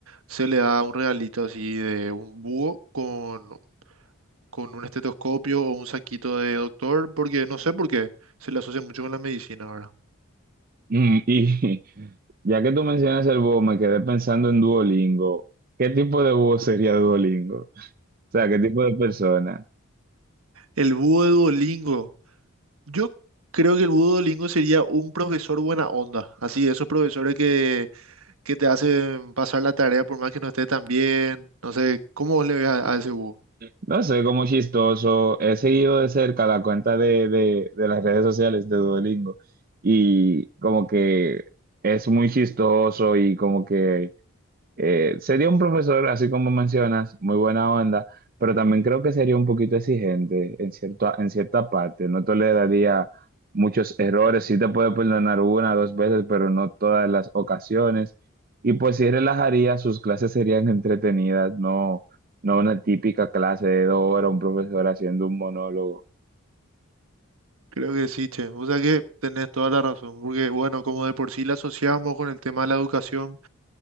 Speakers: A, on the right; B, on the right.
A: se le da un regalito así de un búho con, con un estetoscopio o un saquito de doctor, porque no sé por qué se le asocia mucho con la medicina ahora.
B: Mm, Y <laughs> ya que tú mencionas el búho, me quedé pensando en Duolingo. ¿Qué tipo de búho sería Duolingo? O sea, ¿qué tipo de persona?
A: El búho de Duolingo. Yo creo que el búho de Duolingo sería un profesor buena onda. Así, esos profesores que te hacen pasar la tarea por más que no esté tan bien. No sé, ¿cómo vos le ves a, a ese búho?
B: No sé, como chistoso. He seguido de cerca la cuenta de, de, de las redes sociales de Duolingo y como que es muy chistoso y como que Eh, sería un profesor, así como mencionas, muy buena onda, pero también creo que sería un poquito exigente en cierta, en cierta parte. No toleraría muchos errores, sí te puede perdonar una o dos veces, pero no todas las ocasiones. Y pues sí relajaría, sus clases serían entretenidas, no, no una típica clase de dos horas, un profesor haciendo un monólogo.
A: Creo que sí, che. O sea que tenés toda la razón, porque bueno, como de por sí la asociamos con el tema de la educación,